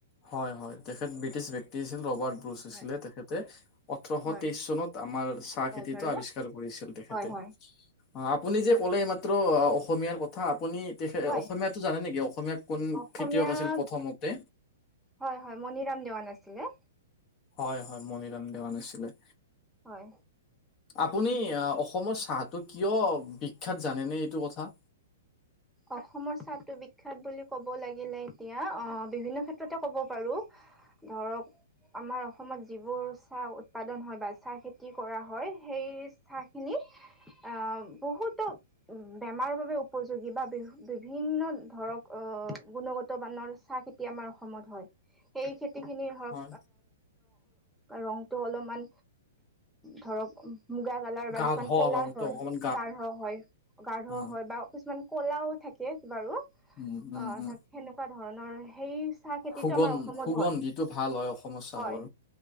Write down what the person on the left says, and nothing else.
হয় হয় তেখেত ব্ৰিটছ ব্যক্তি আছিল ৰবাৰ্ট ব্ৰুচ আছিলে
তেখেতে ওঠৰশ
তেইশ চনত আমাৰ চাহ
খেতিটো
আৱিষ্কাৰ কৰিছিলে তেখেতে।
অ, আপুনি যে ক'লে এই মাত্ৰ অ অসমীয়াৰ কথা আপুনি তেখেত
অসমীয়াটো জানে নেকি? অসমীয়া কোন
খেতিয়ক আছিল প্ৰথমতে?
হয়, হয় মনিৰাম দেৱান আছিলে।
আপুনি অসমৰ চাহটো কিয় বিখ্যাত জানেনে এইটো কথা?
হয়
গাঢ়
ৰংটো
অকমান
অ
উম উম উম
সুগন
সুগন্ধিটো
ভাল হয় অসমৰ চাহৰ।